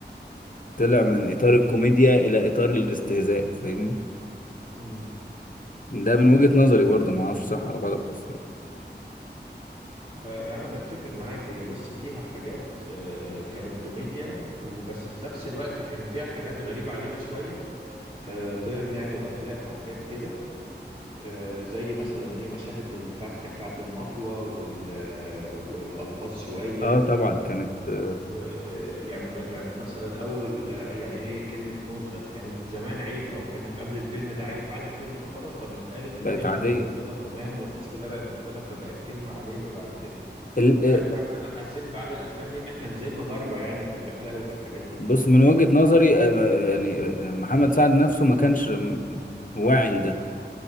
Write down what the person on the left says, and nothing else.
طلع من اطار الكوميديا الى اطار الاستهزاء فاهمني
ده من وجهة نظري برضو ما اعرفش صح ولا غلط بس
اه طبعا كانت آه،
بقت
عادية
اه
بص من وجهة نظري آه، آه، يعني آه، محمد سعد نفسه ما كانش م- واعي لده